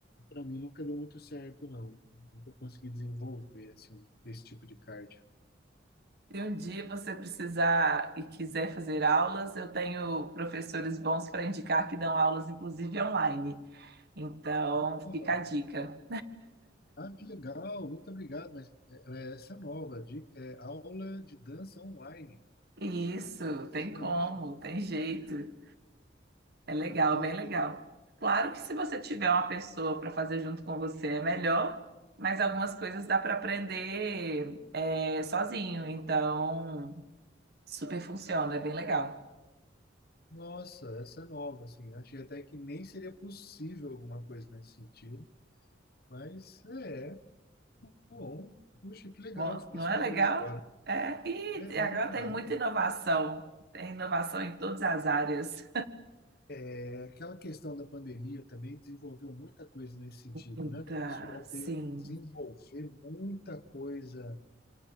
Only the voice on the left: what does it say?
para mim nunca deu muito certo, não. Nunca consegui desenvolver assim, esse tipo de cardio.
Opa!
Ah, que legal, muito obrigado. Mas é, é, essa é nova dica é aula de dança online.
Interessante.
Interclá.
Nossa, essa é nova, assim. Eu Achei até que nem seria possível alguma coisa nesse sentido. Mas é, é bom. Puxa, que legal,
fiquei
surpresa
agora.
É,
é, claro.
É, aquela questão da pandemia também desenvolveu muita coisa nesse sentido,
né? O pessoal
teve que desenvolver muita coisa